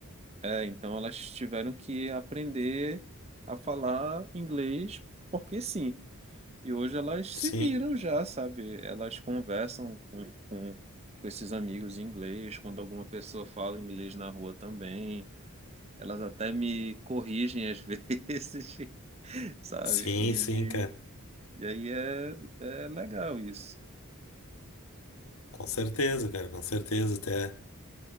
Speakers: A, on the right; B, on the left.
A: é, então elas tiveram que aprender a falar inglês porque sim. E hoje elas
B: Sim,
A: se viram já, sabe? Elas conversam com, com, com esses amigos em inglês, quando alguma pessoa fala inglês na rua também. Elas até me corrigem às <laughs> vezes, sabe?
B: sim,
A: E,
B: sim, cara.
A: e aí é, é legal isso.
B: Com certeza, cara, com certeza, até.